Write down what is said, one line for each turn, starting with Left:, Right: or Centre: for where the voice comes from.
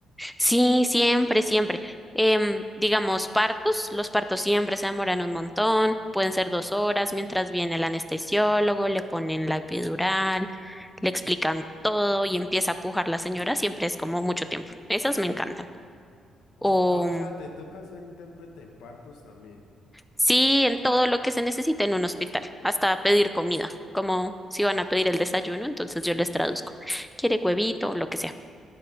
Centre: Sí, siempre, siempre. Em, digamos, partos, los partos siempre se demoran un montón, pueden ser dos horas mientras viene el anestesiólogo, le ponen la epidural, le explican todo y empieza a pujar la señora, siempre es como mucho tiempo. Esas me encantan.
Left: Oh,
Centre: O
Left: ah, o
Centre: mm,
Left: sea, te toca ser intérprete en partos también.
Centre: sí, en todo lo que se necesita en un hospital, hasta pedir comida, como si van a pedir el desayuno, entonces yo les traduzco. ¿Quiere huevito? Lo que sea.